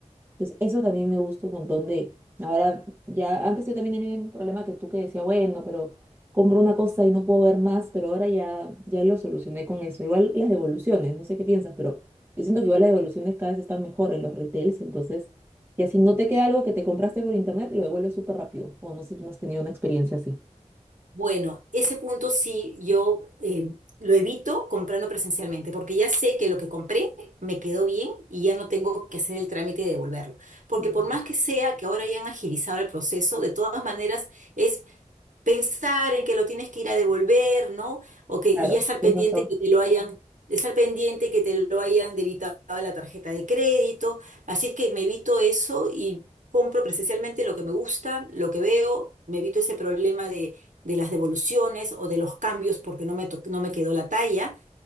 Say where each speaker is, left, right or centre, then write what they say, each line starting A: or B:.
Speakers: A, on the right; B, on the right.
A: Entonces, eso también me gusta un montón de... Ahora, ya antes yo también tenía el mismo problema que tú que decía, bueno, pero compro una cosa y no puedo ver más, pero ahora ya, ya lo solucioné con eso. Igual las devoluciones, no sé qué piensas, pero yo siento que igual las devoluciones cada vez están mejor en los retails, entonces, ya si no te queda algo que te compraste por internet, lo devuelves súper rápido. O no sé si no has tenido una experiencia así.
B: Bueno, ese punto sí yo eh, lo evito comprando presencialmente, porque ya sé que lo que compré me quedó bien y ya no tengo que hacer el trámite de devolverlo. Porque
A: Mm,
B: por más que sea que ahora hayan agilizado el proceso, de todas maneras es pensar en que lo tienes que ir a devolver, ¿no? O que,
A: Claro,
B: y ya estar
A: tienes
B: pendiente
A: razón.
B: que te lo hayan, estar pendiente que te lo hayan debitado a la tarjeta de crédito. Así es que me evito eso y compro presencialmente lo que me gusta, lo que veo, me evito ese problema de, de las devoluciones o de los cambios porque no me, to- no me quedó la talla.